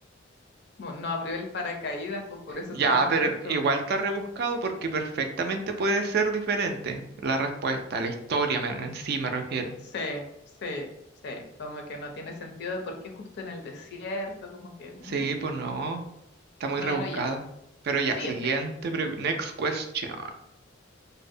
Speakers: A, on the left; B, on the right.
A: mo- no abrió el paracaídas, pues por eso
B: Ya,
A: estaba muerto.
B: pero igual está rebuscado porque perfectamente puede ser diferente la respuesta, la historia, men, en sí me refiero.
A: Sí, sí, sí, como que no tiene sentido de por qué justo en el desierto, como que, mm,
B: Sí, pues no. Está muy
A: bueno,
B: rebuscada.
A: ya.
B: Pero ya,
A: Siguiente.
B: siguiente pregunta. Next question.